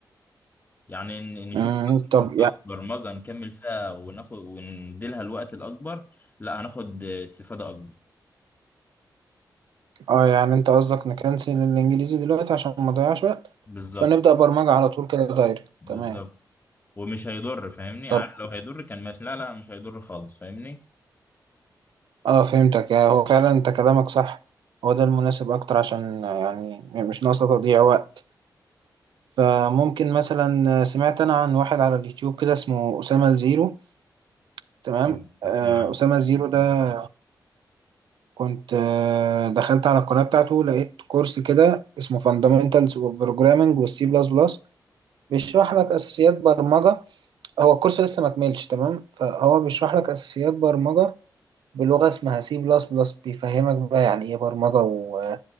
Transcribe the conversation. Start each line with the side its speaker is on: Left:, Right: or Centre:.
Left: يعني ن- نشوف
Right: مم،
Left: مثلا
Right: طب
Left: كورسات برمجة نكمل فيها وناخد ونديلها الوقت الأكبر لا هناخد استفادة أكبر
Right: اه يعني انت قصدك نكنسل الانجليزي دلوقتي عشان ما نضيعش وقت
Left: بالظبط
Right: فنبدأ برمجة على طول كده دايركت
Left: بالظبط
Right: تمام
Left: ومش هيضر فاهمني
Right: طب
Left: عارف لو هيضر كان ماشي لا لا مش هيضر خالص فاهمني
Right: اه فهمتك آه، هو فعلا انت كلامك صح هو ده المناسب اكتر عشان آه، يعني م- مش ناقصة تضييع وقت فممكن مثلا آه، سمعت انا عن واحد على اليوتيوب كده اسمه أسامة الزيرو تمام
Left: مم.
Right: آه،
Left: اسمع
Right: أسامة الزيرو ده كنت آه، دخلت على القناة بتاعته لقيت كورس كده اسمه Fundamentals of Programming وال C++ بيشرح لك أساسيات برمجة هو الكورس لسه ما كملش تمام فهو بيشرح لك اساسيات برمجه بلغه اسمها سي بلس بلس بيفهمك بقى يعني ايه برمجه و...